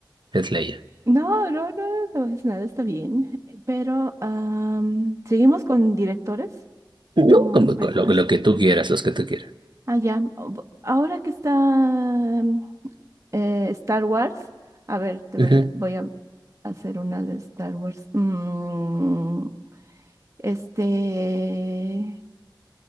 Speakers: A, on the right; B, on the right.
A: Heath Ledger.
B: No, no, no, no es nada, está bien. Pero, am, ¿seguimos con directores
A: No,
B: o
A: como
B: películas?
A: co- lo, lo que tú quieras, los que tú quieras.
B: Ah, ya. o- b- Ahora que está mm, eh, Star Wars, a ver, te voy
A: Ujú.
B: a, voy a hacer una de Star Wars. Mm, este,